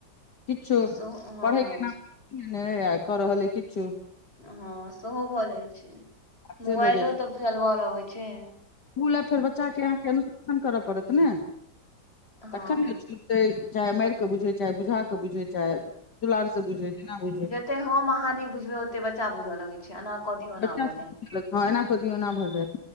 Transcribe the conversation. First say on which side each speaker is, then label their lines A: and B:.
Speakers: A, on the left; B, on the left.
A: किछो
B: सेहो हँ
A: पढ़ैके नाम पर न आ कऽ रहल अइछ किछो
B: हँ सेहो भऽ जाइ छै
A: से
B: मोबाइलो
A: भऽ
B: तऽ चलबल अबै छै
A: ऊला फेर बच्चा के अहाँके अनुशासन करऽ पड़त ने
B: हँ
A: तखन ने चाहे माइर कऽ बुझै चाहे बुझा कऽ बुझै चाहे दुलार से बुझै जेना बुझै
B: जत्ते हम अहाँ नै बुझबै ओते बच्चा बुझऽ लगै छै एना कऽ दियौ ओना
A: बच्चा
B: भऽ जैत
A: हँ एना कऽ दियौ एना भऽ जैत